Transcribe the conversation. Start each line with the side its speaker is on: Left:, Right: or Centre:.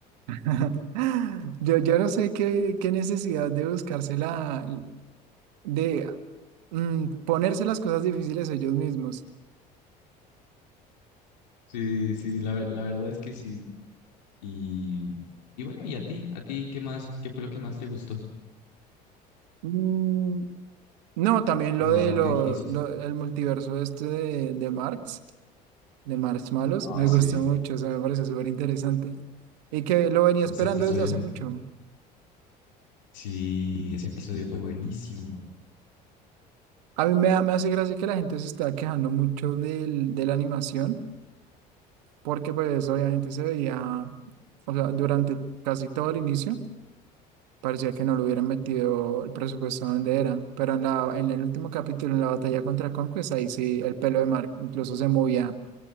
Right: <laughs> Yo, yo no sé qué, qué necesidad de buscarse la, de mm, ponerse las cosas difíciles ellos mismos.
Left: Sí, sí, la, ver- la verdad es que sí. Y, y bueno, ¿y a ti? ¿A ti qué más, qué fue lo que más te gustó?
Right: Mm, no, también
Left: No,
Right: lo de
Left: no
Right: lo,
Left: me dijiste.
Right: lo- el multiverso este de, de Marx. de Marshmallows.
Left: Ah,
Right: Me
Left: sí.
Right: gustó mucho, eso me parece súper interesante. Y que lo venía
Left: Ese
Right: esperando
Left: episodio.
Right: desde hace mucho.
Left: Sí, ese episodio fue buenísimo.
Right: A mí me, da- me hace gracia que la gente se está quejando mucho del, de la animación, porque pues obviamente se veía, o sea, durante casi todo el inicio, parecía que no le hubieran metido el presupuesto donde era. Pero en la, en el último capítulo, en la batalla contra Conquest, ahí sí, el pelo de Mark incluso se movía